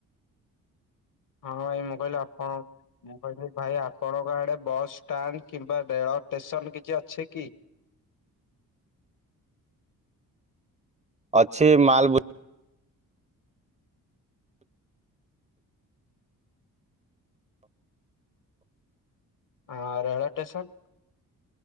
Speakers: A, on the left; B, on the right.
A: ହଁ ଏଇ ମୁଁ କହିଲୁ ଆପଣ ମୁଁ କହିଲି ଭାଇ ଆପଣଙ୍କ ଆଡେ ବସ୍ ଷ୍ଟାଣ୍ଡ କିମ୍ବା ରେଳ ଷ୍ଟେସନ କିଛି ଅଛି କି?
B: <inaudible> ଅଛି ମାଲ
A: ଆଁ ରେଳ ଷ୍ଟେସନ?